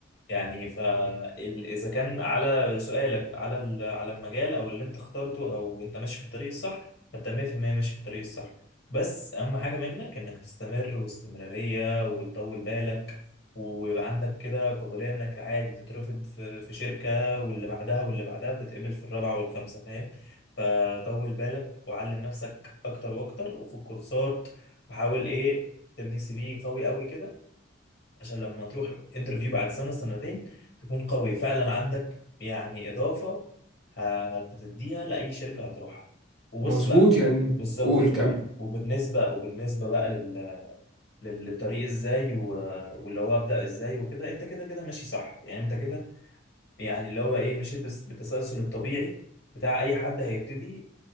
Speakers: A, on the left (about 55°); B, in the centre.
A: يعني فإذا كان على سؤالك على ال- على المجال أو اللي أنت اخترته أو أنت ماشي في الطريق الصح فأنت 100% ماشي في الطريق الصح بس أهم حاجة منك إنك تستمر واستمرارية وتطول بالك ويبقى عندك كده قابلية إنك عادي تترفض في في شركة واللي بعدها واللي بعدها وتتقبل في الرابعة والخامسة فاهم فطول بالك وعلم نفسك أكتر وأكتر وخد كورسات وحاول إيه تبني سي في قوي قوي كده عشان لما تروح انترفيو بعد سنة سنتين تكون قوي فعلا عندك يعني إضافة ه- هتديها لأي شركة هتروحها وبص
B: مظبوط
A: بقى
B: يعني
A: بالظبط
B: قول
A: وب-
B: كمل
A: وبالنسبة وبالنسبة بقى لل... لل- للطريق ازاي و... واللي هو أبدأ ازاي وكده انت كده كده ماشي صح يعني انت كده يعني اللي هو ايه مشيت بس بالتسلسل الطبيعي بتاع اي حد هيبتدي